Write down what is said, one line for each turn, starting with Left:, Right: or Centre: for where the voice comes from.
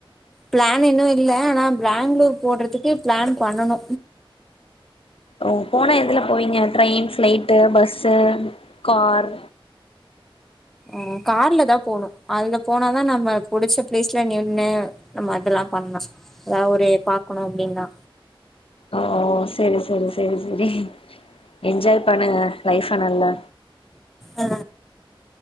Centre: பிளான் இன்னு இல்ல ஆனா பிளேங்ளூர் போட்றதுக்கு பிளான் பண்ணனு
Left: ஓ போன எதுல போவிங்க ட்ரெயின் ஃபிளைட்டு பஸ்ஸு கார்
Centre: ம் கார்ல தா போணு அதுல போனாதா நம்ம புடிச்ச பிளேஸ்ல நின்னு நம்ம அதெல்லா பண்லா அவுரு பாக்குணு அப்டீன்னா
Left: ஓ செரி செரி செரி செரி என்ஜாய் பண்ணுங்க லைஃப நல்லா
Centre: அ